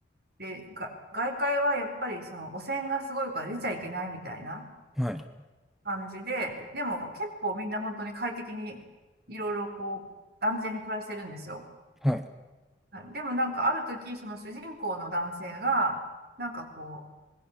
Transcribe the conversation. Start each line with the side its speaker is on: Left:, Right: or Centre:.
Right: で、が、外界はやっぱりその汚染がすごいから出ちゃいけないみたいな
Centre: はい。
Right: 感じで、でも結構みんな本当に快適にいろいろこう安全に暮らしてるんですよ。
Centre: はい。はい。
Right: はいでもなんかある時、その主人公の男性が、なんかこ